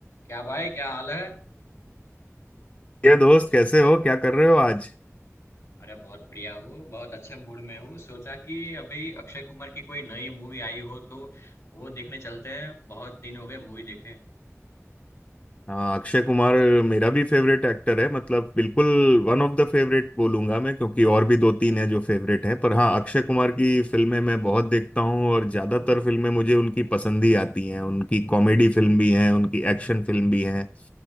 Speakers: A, on the left; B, on the left.
A: क्या भाई क्या हाल है
B: ये दोस्त कैसे हो क्या कर रहे हो आज
A: अरे बहुत बढ़िया हूँ बहुत अच्छे मूड में हूँ सोचा कि अभी अक्षय कुमार की कोई नई मूवी आई हो तो वो देखने चलते हैं बहुत दिन हो गए मूवी देखे
B: हाँ अक्षय कुमार मेरा भी फेवरेट एक्टर है मतलब बिल्कुल वन ऑफ द फेवरेट बोलूंगा मैं क्योंकि और भी दो तीन हैं जो फेवरेट हैं पर हाँ अक्षय कुमार की फिल्में मैं बहुत देखता हूँ और ज्यादातर फिल्में मुझे उनकी पसंद ही आती हैं उनकी कॉमेडी फिल्म भी हैं उनकी एक्शन फिल्म भी हैं